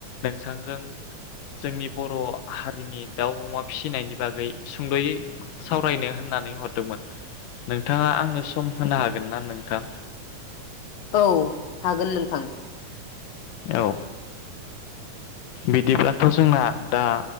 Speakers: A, on the left (about 85°); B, on the left (about 60°).
A: नोंथांजों जोंनि बर' हारिनि दाउ अमा फिसिनायनि बागै सुंद'यै सावरायनो होननानै हरदोंमोन नोंथाङा आंनो सम होनो हागोन ना नोंथां
B: औ हागोन नोंथां
A: औ बिदिब्लाथ' जोंना दा